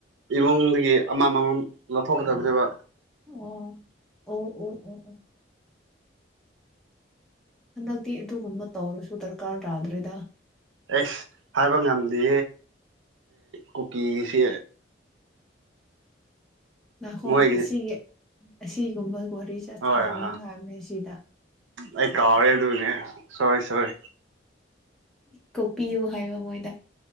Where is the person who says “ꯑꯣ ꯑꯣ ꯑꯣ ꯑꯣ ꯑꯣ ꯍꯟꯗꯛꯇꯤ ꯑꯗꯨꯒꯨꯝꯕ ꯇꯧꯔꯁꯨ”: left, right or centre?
Centre